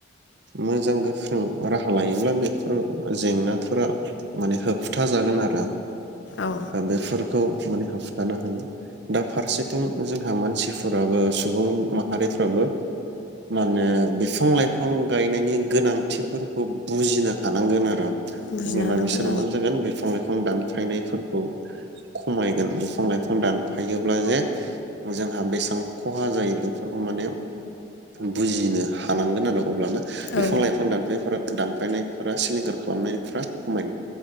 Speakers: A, on the right; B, on the left.
A: मोजां गोख्रों राहा लायोब्ला बेफोर जेंनाफोरा माने होबथा जागोन आरो।
B: औ
A: बेफोरखौ माने होबथानो हायो। दा फारसेथिं जोंहा मानसिफोराबो सुबुं माहारिफ्राबो माने बिफां लाइफां गायनायनि गोनांथिफोरखौ बुजिनो हानांगोन आरो।
B: बुजिनो
A: अब्लाना
B: हानांगोन
A: बिसोरो मा जागोन बिफां बिफां दानफायनायफोरखौ खमायगोन बिफां लाइफां दान फायोब्ला जे जोंहा बेसेबां खहा जायो बेफोरखौ माने बुजिनो हानांगोन आरो अब्लानो बिफां
B: औ औ
A: लाइफां दानफायफोरा दानफायनायफोरा सिलिंखार खालामनायफ्रा खमायो